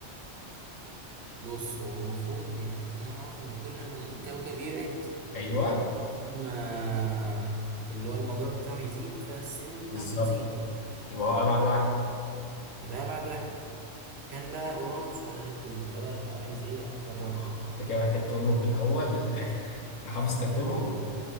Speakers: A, on the right; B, on the left.
A: بص هو المفروض يعني اللي انا اعرفه ان كل ما الكوكب يبعد
B: ايوه
A: كل ما اللي هو المدار بتاعه يزيد فالسنين
B: بالظبط
A: بتاعته تزيد
B: يبقى هو ابعد واحد
A: يبقى ابعد واحد كان بقى اورانوس ولا نبتون ده بقى اللي أنا عايز ايه اقرره
B: اه انت كده محتاج تقولهم من الاول للاخر حافظ ترتيبهم
A: آه.